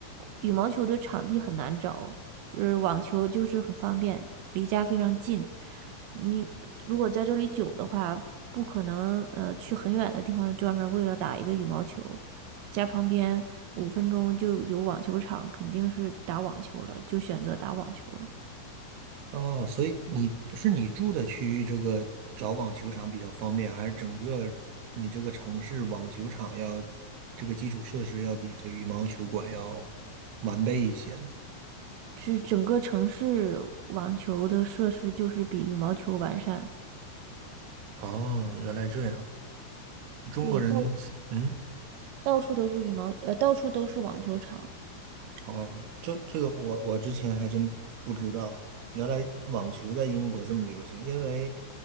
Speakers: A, on the right; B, on the right.
A: 羽毛球的场地很难找，呃，网球就是很方便，离家非常近。你如果在这里久的话，不可能呃去很远的地方专门为了打一个羽毛球，家旁边五分钟就有网球场，肯定是打网球了，就选择打网球了。
B: 哦，所以你是你住的区域这个找网球场比较方便，还是整个你这个城市网球场要这个基础设施要比这羽毛球馆要完备一些呢？
A: 是整个城市网球的设施就是比羽毛球完善。
B: 哦，原来这样，中国人，
A: 对，到
B: 嗯，
A: 到处都是羽毛，呃，到处都是网球场。
B: 哦，这这个我我之前还真不知道，原来网球在英国这么流行。因为，